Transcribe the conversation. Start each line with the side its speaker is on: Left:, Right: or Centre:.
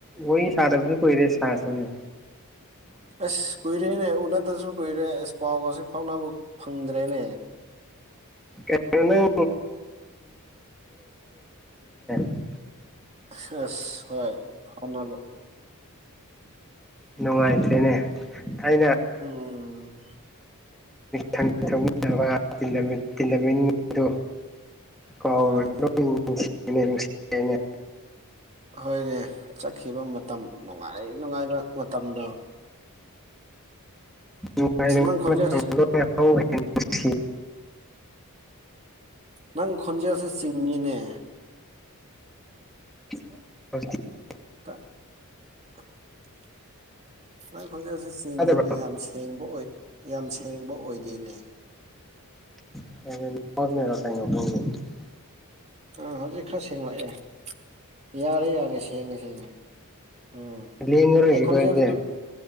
Centre: ꯋꯥꯔꯤ ꯁꯥꯗꯕꯁꯨ ꯀꯨꯏꯔꯦ ꯁꯥꯁꯤꯅꯦ
Right: ꯑꯁ ꯀꯨꯏꯔꯦꯅꯦ ꯎꯅꯗꯕꯁꯨ ꯀꯨꯏꯔꯦ ꯑꯁ ꯄꯥꯎꯒꯁꯦ ꯐꯥꯎꯅꯕ ꯐꯪꯗ꯭ꯔꯦꯅꯦ
Centre: ꯀꯩꯅꯣ ꯅꯪ <unintelligible>
Right: ꯑꯁ ꯍꯣꯏ ꯐꯥꯎꯅꯕ
Centre: ꯅꯨꯡꯉꯥꯏꯇ꯭ꯔꯦꯅꯦ ꯑꯩꯅ
Right: ꯎꯝ
Centre: ꯇꯦꯟ <unintelligible> <inaudible> ꯑꯗꯨꯣ ꯀꯥꯎꯁꯤ
Right: ꯎꯝ
Centre: ꯅꯨꯡꯁꯤꯅꯦ
Right: ꯍꯣꯏꯅꯦ ꯆꯠꯈꯤꯕ ꯃꯇꯝ ꯅꯨꯡꯉꯥꯏ ꯅꯨꯡꯉꯥꯏꯕ ꯃꯇꯝꯗꯣ
Centre: ꯅꯨꯡꯉꯥꯏꯅ
Right: ꯅꯪ ꯈꯣꯟꯖꯦꯜꯁꯦ
Centre: ꯃꯇꯝ ꯂꯣꯏꯅ ꯍꯧꯈ꯭ꯔꯦ ꯁꯤꯈ꯭ꯔꯦ
Right: ꯅꯪ ꯈꯣꯟꯖꯦꯜꯁꯦ ꯆꯤꯡꯉꯤꯅꯦ
Centre: ꯍꯧ <unintelligible>
Right: ꯇ <inaudible> ꯅꯥꯏ ꯈꯣꯟꯖꯦꯜꯁꯦ ꯆꯤꯡꯉꯤꯅꯦ
Centre: ꯌꯥꯗꯕ꯭ꯔꯥ
Right: ꯌꯥꯝ ꯁꯦꯡꯕ ꯑꯣꯏ ꯌꯥꯝ ꯁꯦꯡꯕ ꯑꯣꯏꯗꯦꯅꯦ
Centre: ꯅꯦ <unintelligible>
Right: ꯑꯥ ꯍꯧꯖꯤꯛ ꯈꯔ ꯁꯦꯡꯂꯛꯑꯦ ꯌꯥꯔꯦ ꯌꯥꯔꯦ ꯁꯦꯡꯉꯦ ꯁꯦꯡꯉꯦ ꯎꯝ
Centre: ꯂꯦꯡꯉꯔꯣꯏꯒꯦꯀꯣ
Right: ꯑꯩ ꯈꯣꯟꯖꯦꯜꯗ
Centre: ꯑꯗꯨꯗꯤ
Right: ꯑꯗꯨꯝ